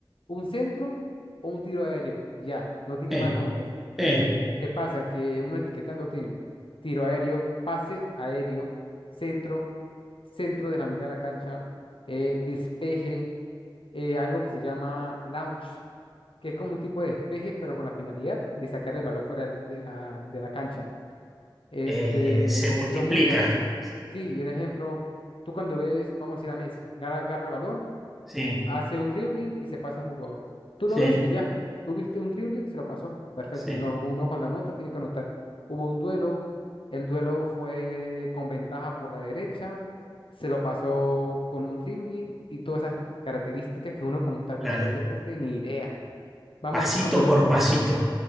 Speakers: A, on the left; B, in the centre.
A: un centro o un tiro aéreo. Ya, no tiene
B: sí,
A: más nombres.
B: sí.
A: ¿Qué pasa? Que uno etiquetando tiene tiro aéreo, pase aéreo, centro, centro de la mitad de la cancha, eh, despeje, eh, algo que se llama launch que es como un tipo de despeje, pero con la finalidad de sacar el balón fuera del- de la, de la cancha. Este,
B: Eh, se multiplica.
A: son muchas, sí, un ejemplo, tú cuando ves, vamos a decir a Messi, agarra, agarra el balón,
B: Sí,
A: hace un dribbling y se pasa a un jugador. Tú
B: sí,
A: lo ves y ya, tú viste un dribbling, se lo pasó, perfecto.
B: sí,
A: Uno, uno cuando anota tiene que anotar. Hubo un duelo, el duelo fue con ventaja por la derecha, se lo pasó con un dribbling y todas esas características que uno como tal
B: claro.
A: cuando ve el deporte ni idea. Vamos
B: Pasito
A: a decir cuando viene
B: por pasito.